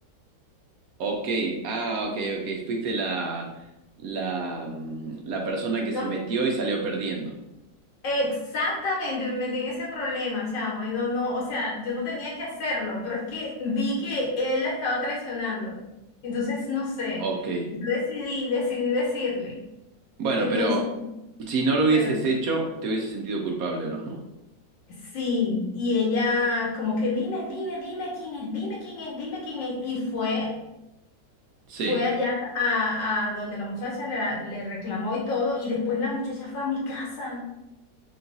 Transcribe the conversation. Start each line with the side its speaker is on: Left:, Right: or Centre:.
Right: Ok, ah, ok, ok. Fuiste la, la, mm, la persona que
Left: No.
Right: se metió y salió perdiendo.
Left: Exactamente, me metí en ese problema, chamo, y no, no, o sea, yo no tenía que hacerlo, pero es que vi que él la estaba traicionando. Entonces, no sé,
Right: Ok,
Left: yo decidí, decidí decirle.
Right: Bueno,
Left: Y entonces,
Right: pero si no lo hubieses
Left: perdí.
Right: hecho, ¿te hubieses sentido culpable o no?
Left: Sí, y ella como que dime, dime, dime quién es, dime quién es, dime quién es. Y fue,
Right: Sí,
Left: fue allá a, a donde la muchacha le, le reclamó y todo, y después la muchacha fue a mi casa.